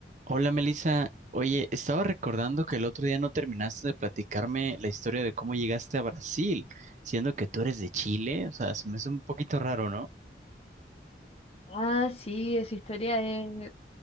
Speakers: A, on the right; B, on the left.
A: Hola Melissa, oye, estaba recordando que el otro día no terminaste de platicarme la historia de cómo llegaste a Brasil, siendo que tú eres de Chile, o sea, se me hace un poquito raro, ¿no?
B: Ah, sí, esa historia es,